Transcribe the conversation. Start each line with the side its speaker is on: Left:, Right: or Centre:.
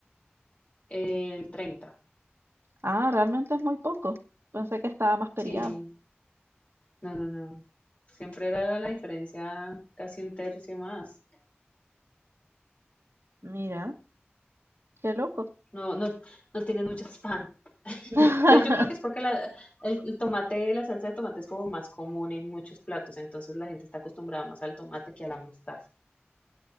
Left: El treinta,
Right: Ah, realmente es muy poco. Pensé que estaba más peleado.
Left: Sí, no, no, no. Siempre era la diferencia casi un tercio más.
Right: Mira. Qué loco.
Left: No, no, no tienen muchas pan.
Right: <laughs>
Left: De- Yo creo que es porque la- el, el tomate, la salsa de tomate es como más común en muchos platos, entonces la gente está acostumbrada más al tomate que a la mostaza.